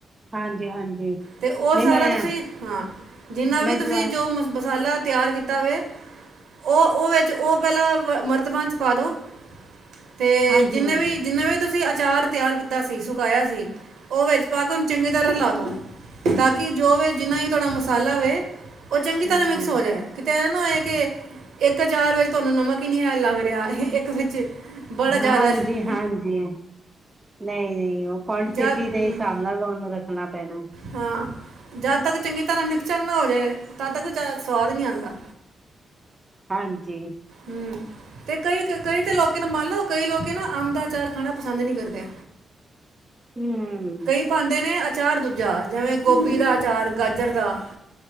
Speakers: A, on the right; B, on the right.
A: ਹਾਂਜੀ ਹਾਂਜੀ
B: ਤੇ ਉਹ
A: ਨਹੀਂ
B: ਸਾਰਾ
A: ਮੈਂ
B: ਤੁਸੀਂ ਹਾਂ ਜਿੰਨਾ ਵੀ
A: ਮੈਂ ਜ
B: ਤੁਸੀਂ ਜੋ ਮ ਮਸਾਲਾ ਤਿਆਰ ਕੀਤਾ ਵੇ ਉਹ ਉਹ ਇਚ ਉਹ ਪੈਲਾਂ ਮਰਤਬਾਨ ਚ ਪਾ ਦੋ ਤੇ
A: ਹਾਂਜੀ
B: ਜਿੰਨੇ
A: ਹਾਂਜੀ
B: ਵੀ ਜਿੰਨੇ ਵੀ ਤੁਸੀਂ ਆਚਾਰ ਤਿਆਰ ਕੀਤਾ ਸੀ, ਸੁਕਾਇਆ ਸੀ, ਉਹ ਵਿੱਚ ਪਾ ਕੇ ਉਹਨੂੰ ਚੰਗੀ ਤਰ੍ਹਾਂ ਰਲਾ ਦੋ ਤਾਂ ਕਿ ਜੋ ਵੀ ਜਿੰਨਾ ਹੀ ਤਾਡਾ ਮਸਾਲਾ ਹੋਵੇ, ਉਹ ਚੰਗੀ ਤਰ੍ਹਾਂ
A: ਹਮ
B: ਮਿਕਸ ਹੋ ਜਾਏ ਕਿਤੇ ਐਹ ਨਾ ਹੋਏ ਕਿ, ਇੱਕ ਆਚਾਰ ਵਿੱਚ ਤੁਹਾਨੂੰ ਨਮਕ ਹੀ ਨੀ ਹੈ ਲੱਗ ਰਿਹਾ ਇੱਕ ਵਿੱਚ ਬੜਾ ਜ਼ਿਆਦਾ
A: ਹਾਂਜੀ-
B: ਕਿਉਂਕਿ
A: ਹਾਂਜੀ ਨਹੀ- ਨਹੀ ਉਹ ਕੁਆਂਟਿਟੀ
B: ਜਾ
A: ਦੇ
B: ਹੂੰ
A: ਹਿਸਾਬ ਨਾਲ ਤੁਹਾਨੂੰ ਰੱਖਣਾ ਪੈਣਾ
B: ਹਾਂ, ਜਦ ਤੱਕ ਚੰਗੀ ਤਰ੍ਹਾਂ ਮਿਕਸਚਰ ਨਾ ਹੋ ਜਏ, ਤਦ ਤੱਕ ਆਚਾਰ ਸਵਾਦ ਨਹੀਂ ਆਂਦਾ
A: ਹਾਂਜੀ
B: ਹਮ, ਤੇ ਕਈ ਕ ਕਈ ਤਾਂ ਲੋਕੀ ਨੂੰ ਮੰਨ ਲਓ, ਕਈ ਲੋਕੀ ਨਾ ਅੰਮ ਦਾ ਆਚਾਰ ਖਾਣਾ ਪਸੰਦ ਨਹੀਂ ਕਰਦੇ
A: ਹਮਮ
B: ਲੋਕੀ ਪਾਉਂਦੇ ਨੇ ਅਚਾਰ ਦੂਜਾ, ਜਿਵੇਂ ਗੋਭੀ ਦਾ ਅਚਾਰ, ਗਾਜਰ ਦਾ